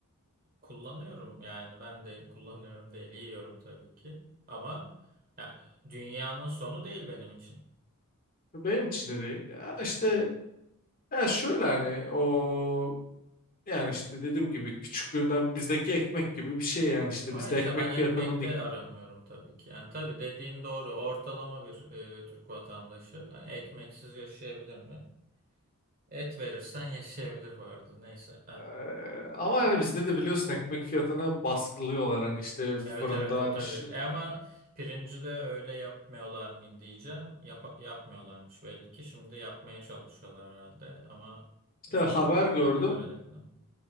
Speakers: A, on the right (about 40°); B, on the left (about 40°).
A: kullanıyorum yani ben de kullanıyorum değil yiyorum tabii ki ama ya, dünyanın sonu değil benim için.
B: Benim için de değil. Ya işte
A: Evet.
B: ya şöyle hani o yani işte dediğim gibi küçüklüğünden bizdeki ekmek gibi bir şey yani işte
A: Ama
B: bizde
A: işte
B: ekmek
A: ben ekmekte
B: fiyatının iki-
A: aramıyorum tabii ki. Yani tabii dediğin doğru ortalama bir e, Türk vatandaşı hani ekmeksiz yaşayabilir mi? Et verirsen yaşayabilir bu arada neyse.
B: Eee, ama yani bizde de biliyorsun ekmek fiyatını baskılıyorlar hani işte fırında
A: Evet evet o
B: hani
A: tabii.
B: şu,
A: E ama pirinci de öyle yapmıyorlar mı diyeceğim. Yap yapmıyorlarmış belli ki. Şimdi yapmaya çalışıyorlar herhalde ama
B: işte
A: zor.
B: haber gördüm
A: Yani liberal ekonomi.